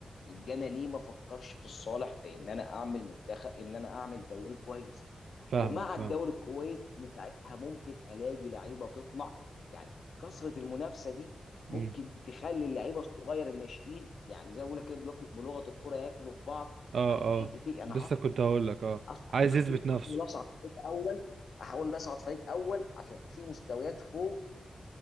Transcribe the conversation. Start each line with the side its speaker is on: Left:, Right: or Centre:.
Left: يبقى انا ليه ما افكرش في الصالح في ان انا اعمل منتخب ان انا اعمل دوري كويس
Right: فاهمك
Left: ومع
Right: فاهم
Left: الدوري الكويس إن ساعتها ممكن الاقي لعيبه تطلع يعني كثره المنافسه دي ممكن
Right: امم
Left: تخلي اللعيبه الصغير الناشئين يعني زي ما بقول لك كده بلغ- بلغه الكره ياكلوا في بعض
Right: اه
Left: عشان حته
Right: اه
Left: ايه انا
Right: لسه
Left: هطلع
Right: كنت هقول لك اه
Left: اصعد
Right: عايز يثبت نفسه
Left: احاول اصعد فريق اول احاول اصعد فريق اول عشان في مستويات فوق